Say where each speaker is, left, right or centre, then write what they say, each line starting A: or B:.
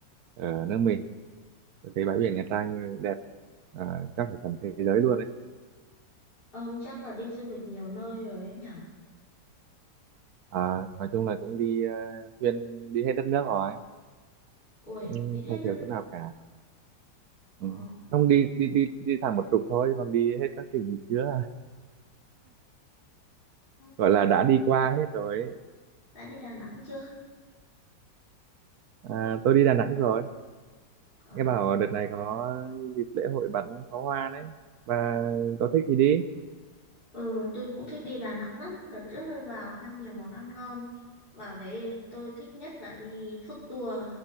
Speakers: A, on the right; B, on the left.
A: ở nước mình tôi thấy bãi biển Nha Trang đẹp à, chắc phải tầm thế giới luôn đấy
B: Ông chắc là đi du lịch nhiều nơi rồi ấy nhở?
A: à, nói chung là cũng đi uh, xuyên đi hết đất nước rồi
B: Ôi,
A: cũng
B: đi hết
A: không
B: đất.
A: thiếu chỗ nào cả
B: Ờ,
A: ừ. không đi đi đi đi thẳng một trục thôi còn đi hết các tỉnh thì chưa <laughs> gọi
B: thế
A: là
B: đã,
A: đã đi qua hết rồi ấy.
B: đã đi Đà Nẵng chưa?
A: à, tôi đi Đà Nẵng rồi
B: Ờ.
A: nghe bảo đợt này có dịp lễ hội bắn pháo hoa đấy và có thích thì đi
B: Ừ, tôi cũng thích đi Đà Nẵng lắm. Đợt trước tôi vào ăn nhiều món ăn ngon. Vào đấy tôi thích nhất là đi food tour,